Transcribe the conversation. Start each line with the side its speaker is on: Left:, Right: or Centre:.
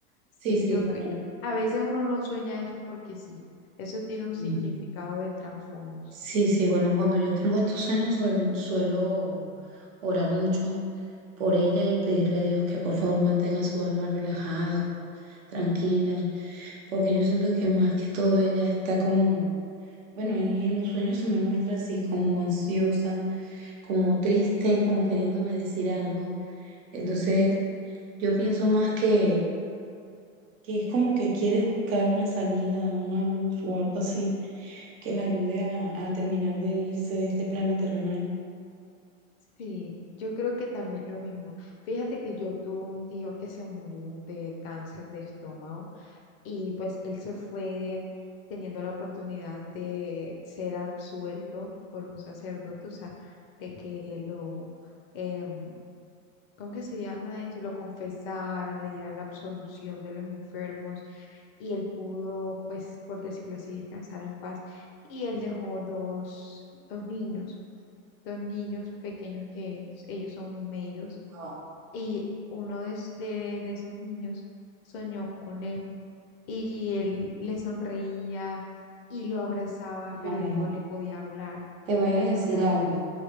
Left: Sí,
Right: Sí, sí,
Left: yo que
Right: bueno.
Left: a veces uno no sueña eso porque sí, eso tiene un
Right: Sí,
Left: significado de trasfondo. Sí,
Right: sí, sí, bueno, cuando yo tengo estos sueños suel- suelo orar mucho por ella y pedirle a Dios que por favor mantenga su alma relajada, tranquila, porque yo siento que más que todo ella está como, bueno, y en los sueños se me muestra así como ansiosa, como triste, como queriéndome decir algo. Entonces, yo pienso más que, que es como que quiere buscar una salida, una luz o algo así que la ayude a, a terminar de irse de este plano terrenal.
Left: Sí, yo creo que también lo mismo. Fíjate que yo tuve un tío que se murió de cáncer de estómago y pues él se fue teniendo la oportunidad de ser absuelto por un sacerdote, o sea, de que lo, em, ¿cómo que se llama eso? Lo confesaran, le dieran la absolución de los enfermos y él pudo, pues, por decirlo así, descansar en paz. Y él dejó dos, dos niños, dos niños pequeños que s- ellos son mellos,
Right: No,
Left: y uno de, es- de, de esos niños soñó con él y él le sonreía y lo abrazaba,
Right: no,
Left: pero
Right: no,
Left: él
Right: no.
Left: no le podía hablar,
Right: Te voy a
Left: él
Right: decir
Left: no le hablaba.
Right: algo.